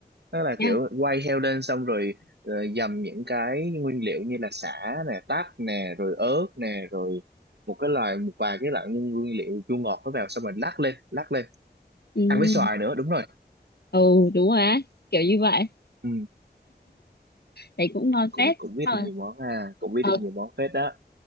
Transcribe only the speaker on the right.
đó là
kiểu quay heo lên xong rồi ờ, dầm những cái nguyên liệu như là sả nè tắc nè rồi ớt nè rồi một cái loại một vài cái loại nguyên nguyên liệu chua ngọt nó vào xong rồi lắc lên lắc lên
ăn với xoài nữa đúng rồi
ừ,
cũng
cũng biết
được nhiều món à cũng biết
được nhiều món phết đó